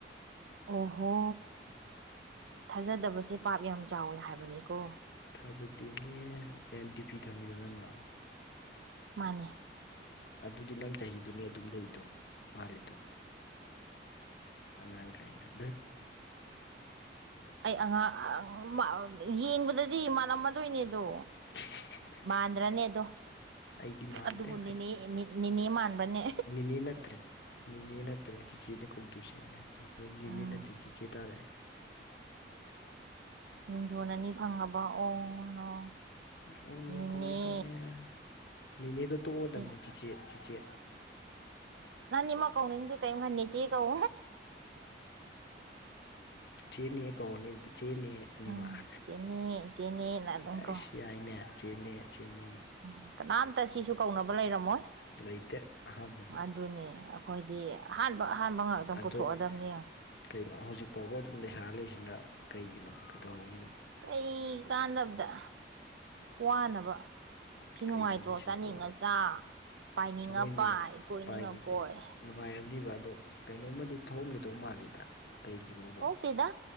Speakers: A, on the right (about 80°); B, on the left (about 65°).
A: ꯑꯣꯍꯣ ꯊꯥꯖꯗꯕꯁꯦ ꯄꯥꯞ ꯌꯥꯝ ꯆꯥꯎꯏ ꯍꯥꯏꯕꯅꯤꯀꯣ
B: ꯊꯥꯖꯗꯦꯅꯦ ꯑꯦ ꯗꯤ꯬ꯄꯤ ꯊꯝꯃꯤꯔꯣ ꯅꯪ ꯂꯣ
A: ꯃꯥꯅꯤ
B: ꯑꯗꯨꯗꯤ ꯅꯪ ꯆꯍꯤꯗꯨꯅꯤ ꯑꯗꯨꯝ ꯂꯩꯗꯣ ꯃꯥꯜꯂꯤꯗꯣ ꯑꯉꯥꯡ ꯀꯥꯏꯅ ꯗꯠ
A: ꯑꯩ ꯑꯉꯥꯡ ꯌꯦꯡꯕꯗꯗꯤ ꯃꯥꯟꯂꯝ ꯃꯥꯗꯣꯏꯅꯦ ꯑꯗꯣ
B: <unintelligible>
A: ꯃꯥꯟꯗ꯭ꯔꯅꯦ ꯑꯗꯣ
B: ꯑꯩꯗꯤ ꯃꯥꯟꯗꯦ
A: ꯑꯗꯨꯕꯨ ꯅꯦꯅꯦ ꯅꯦꯅꯦ ꯃꯥꯟꯕ꯭ꯔꯥꯅꯦ
B: ꯅꯤꯅꯦ ꯅꯠꯇ꯭ꯔꯦ ꯅꯤꯅꯦ ꯅꯠꯇ꯭ꯔꯦ ꯆꯤꯆꯦꯅ ꯀꯣꯡꯗꯣꯏꯁꯦ ꯑꯩꯅ ꯅꯤꯅꯦ
A: ꯎꯝ
B: ꯅꯠꯇꯦ ꯆꯤꯆꯦ ꯇꯥꯔꯛꯑꯦ
A: ꯃꯤꯡꯊꯣꯟ ꯑꯅꯤ ꯐꯪꯉꯕ ꯑꯣ ꯅꯣ
B: ꯑꯣꯟ ꯅꯣ
A: ꯅꯦꯅꯦ
B: ꯀꯃꯥꯏ ꯇꯧꯅꯤ ꯅꯤꯅꯦꯗꯣ ꯇꯣꯛ ꯑꯗꯝꯅꯤ
A: ꯆꯦ
B: ꯆꯤꯆꯦ ꯆꯤꯆꯦ
A: ꯅꯪ ꯑꯅꯤꯃꯛ ꯀꯧꯅꯤꯡꯁꯨ ꯀꯩꯝ ꯈꯟꯗꯦ ꯆꯦ ꯀꯧ
B: ꯆꯦꯅꯦ ꯀꯧꯔꯅꯤ ꯑꯗꯨꯗꯤ ꯆꯦꯅꯦ ꯑꯅꯤꯃꯛ
A: ꯎꯝ ꯆꯦꯅꯦ ꯆꯦꯅꯦꯅ ꯑꯗꯨꯝ
B: ꯍꯩꯁ
A: ꯀꯧ
B: ꯌꯥꯏꯅꯦ ꯆꯦꯅꯦ ꯆꯦꯅꯦ
A: ꯎꯝ ꯀꯅꯥꯝꯇ ꯁꯤꯁꯨ ꯀꯧꯅꯕ ꯂꯩꯔꯝꯃꯣꯏ
B: ꯂꯩꯇꯦ ꯑꯍꯥꯟꯕꯅꯤ
A: ꯑꯗꯨꯅꯦ ꯑꯩꯈꯣꯏꯗꯤ ꯑꯍꯥꯟꯕ ꯑꯍꯥꯟꯕ ꯉꯥꯛꯇ
B: ꯑꯗꯣ
A: ꯄꯨꯊꯣꯛꯑꯗꯝꯅꯤ ꯌꯦꯡꯉꯣ
B: ꯀꯩꯅꯣ ꯍꯧꯖꯤꯛ ꯐꯥꯎꯕ ꯑꯗꯨꯝ ꯂꯩꯁꯥꯔ ꯂꯩꯁꯤꯅ ꯀꯩꯒꯤꯅꯣ ꯀꯩꯗꯧꯍꯧꯔꯤꯅꯣ
A: ꯀꯩ ꯀꯥꯟꯗꯕꯗ ꯋꯥꯅꯕ ꯁꯤ ꯅꯨꯡꯉꯥꯏꯇ꯭ꯔꯣ
B: ꯀꯩꯅꯣ ꯍꯥꯏꯁꯤꯕꯨ
A: ꯆꯥꯅꯤꯡꯉ ꯆꯥ ꯄꯥꯏꯅꯤꯡꯉ
B: ꯍꯣꯏꯅꯦ
A: ꯄꯥꯏ ꯀꯣꯏꯅꯤꯡꯉ
B: ꯄꯥꯏꯗꯤ
A: ꯀꯣꯏ
B: ꯅꯨꯡꯉꯥꯏꯔꯝꯅꯤꯕ ꯑꯗꯣ ꯀꯩꯅꯣꯝꯃꯗꯤ ꯊꯣꯛꯑꯝꯒꯗꯧ ꯃꯥꯜꯂꯤꯗ ꯀꯩꯒꯤꯅꯣꯕ
A: ꯊꯣꯛꯇꯦꯗ